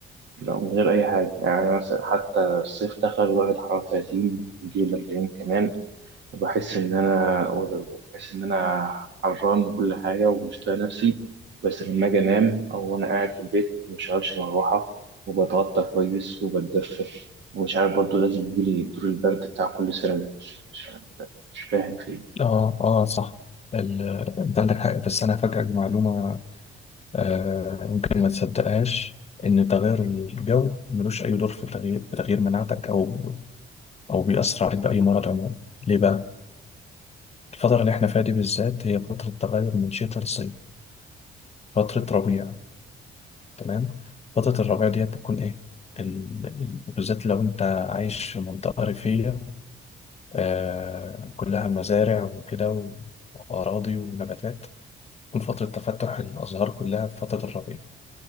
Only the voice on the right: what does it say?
لا من غير أي حاجة يعني مثلا حتى الصيف دخل ودرجة الحرارة 30 بيجي 40 كمان وبحس إن أنا وبحس إن أنا حران وكل حاجة ومش طايق نفسي بس لما أجي أنام أو وأنا قاعد في البيت مبشغلش مروحة وبتغطى كويس وبتدفى ومش عارف برضه لازم يجيلي دور البرد بتاع كل سنة ده مش مش- مش فاهم فيه